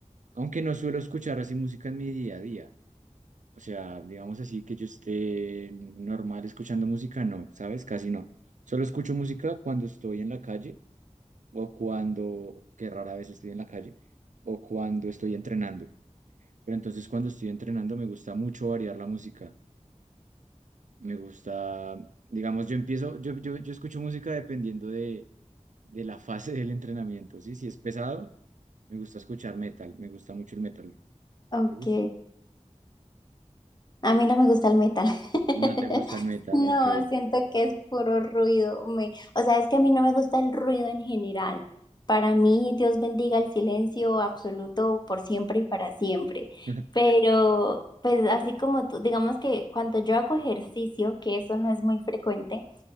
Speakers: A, on the right; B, on the left.
A: aunque no suelo escuchar así música en mi día a día. O sea, digamos así que yo esté normal escuchando música, no, ¿sabes? Casi no. Solo escucho música cuando estoy en la calle o cuando, que rara vez estoy en la calle, o cuando estoy entrenando. Pero entonces cuando estoy entrenando me gusta mucho variar la música. Me gusta, digamos, yo empiezo, yo, yo, yo escucho música dependiendo de, de la fase <laughs> del entrenamiento, ¿sí? Si es pesado, me gusta escuchar metal, me gusta mucho el metal.
B: Ok.
A: ¿Te gusta?
B: A mí no me gusta el metal. <laughs>
A: No te gusta el metal,
B: No,
A: ok.
B: siento que es puro ruido. Me, o sea, es que a mí no me gusta el ruido en general. Para mí, Dios bendiga el silencio absoluto por siempre y para siempre.
A: <laughs>
B: Pero, pues así como tú, digamos que cuando yo hago ejercicio, que eso no es muy frecuente,